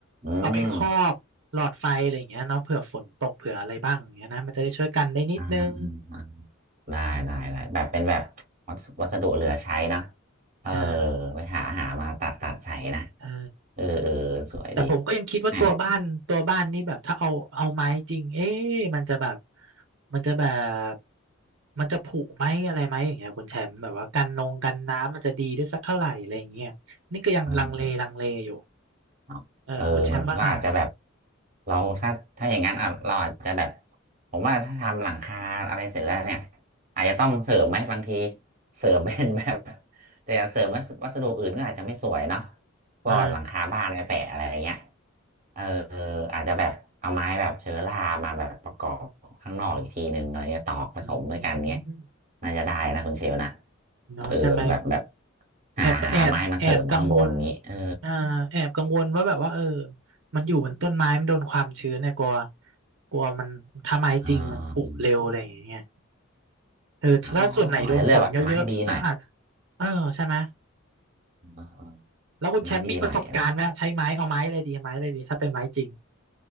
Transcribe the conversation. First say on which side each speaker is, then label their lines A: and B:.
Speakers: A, on the right; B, on the right.
A: อืม
B: เอาไปครอบหลอดไฟอะไรอย่างเงี้ยเนาะเผื่อฝนตกเผื่ออะไรบ้างอย่างเงี้ยนะมันจะได้ช่วยกันได้นิดนึง
A: อ่าอ่าอ่าได้ได้ได้แบบเป็นแบบวัสวัสดุเหลือใช้นะ
B: อืม
A: เออ
B: อ่า
A: ไปหาหามาตัดตัดใส่นะ
B: ใช่
A: เออเออสวยดี
B: แต่ผมก็ยังคิดว่าตัวบ้านตัวบ้านนี่แบบถ้าเอาเอาไม้จริงเอ๊ะมันจะแบบ
A: อ่ะ
B: มันจะแบบมันจะผุไหมอะไรไหมอย่างเงี้ยคุณแชมป์แบบว่ากันนงกันน้ำมันจะดีได้สักเท่าไหร่อะไรอย่างเงี้ยนี่ก็ยังลังเลลังเลอยู่
A: เออ เนาะเออมันก็อาจจะแบบ
B: เออคุณแชมป์ว่าไง
A: เราถ้าถ้าอย่างนั้นอ่ะเราอาจจะแบบผมว่าถ้าทำหลังคาอะไรเสร็จแล้วเนี่ยอาจจะต้องเสริมไหมบางทีเสริมเป็นแบบแต่เสริมวัสวัสดุอื่นก็อาจจะไม่สวยเนาะพวกแบบหลังคาบ้านไปแปะอะไรอย่างเงี้ย
B: อ่า
A: เอออาจจะแบบเอาไม้แบบเชื้อรามาแบบประกอบข้างนอกอีกทีหนึ่งอะไรเงี้ยตอกผสมด้วยกันเนี้ย
B: อืม
A: น่าจะได้นะคุณเชลนะ
B: เนาะใช่ไหม
A: เออแบบแบบหาหาไม้มาเสริมข้างบนนี้เออ
B: แอบแอบแอบกังวลอ่าแอบกังวลว่าแบบว่าเออมันอยู่บนต้นไม้มันโดนความชื้นเนี่ยกลัวกลัวมันถ้าไม้จริงมันผุเร็วอะไรอย่างเงี้ย
A: อ่าอ
B: เออถ้าส่วนไหนโดนฝนเยอะๆก็อาจ
A: อ๋ออาจจะเลือกแบบไม้ดีหน่อย
B: เออใช่ไหม
A: อ่าอ่า
B: แล้วคุณแชมป์มีประสบการณ์ไหมใช้ไม้เอาไม้อะไรดีไม้อะไรดีถ้าเป็นไม้จริง
A: ไม้ดีหน่อยอะไร